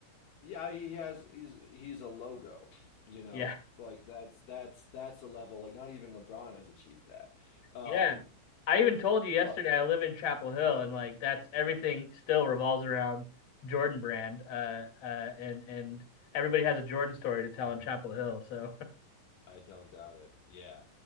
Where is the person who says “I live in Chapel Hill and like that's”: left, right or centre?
Left